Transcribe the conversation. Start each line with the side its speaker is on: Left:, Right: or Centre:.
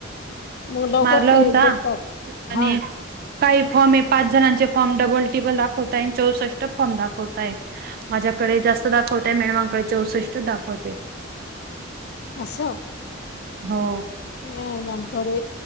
Left: मग लवकर
Right: मारला
Left: ते
Right: होता
Left: भेटतात
Right: आणि
Left: हा.
Right: काही फॉम आहे पाच जणांचे फॉम डबल टी बल दाखवतय आणि चौसष्ट फॉम दाखवताय माझ्याकडे जास्त दाखवतय मॅयमकडे चौसष्ट दाखवते.
Left: आसं
Right: हो.
Left: ह मम <unintelligible> कडे